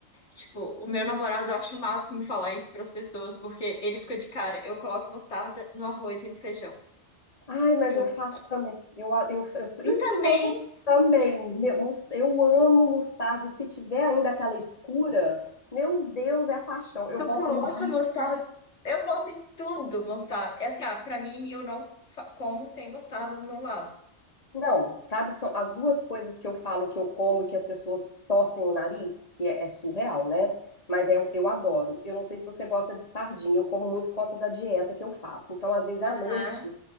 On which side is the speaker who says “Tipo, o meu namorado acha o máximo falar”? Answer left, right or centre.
Left